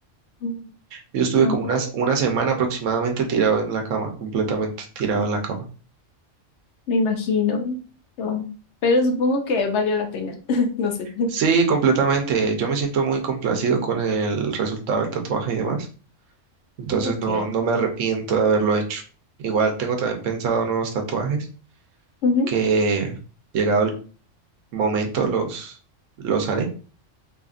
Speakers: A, on the left; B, on the right.
A: mm,
B: Yo estuve
A: ande-
B: como unas, una semana aproximadamente tirado en la cama, completamente tirado en la cama.
A: Me imagino. no. Pero supongo que valió la pena. <laughs> No sé.
B: Sí, completamente. Yo me siento muy complacido con el resultado del tatuaje y demás. Entonces,
A: Ok.
B: no, no me arrepiento de haberlo hecho. Igual tengo también pensado nuevos tatuajes
A: Ujú,
B: que llegado el momento los, los haré.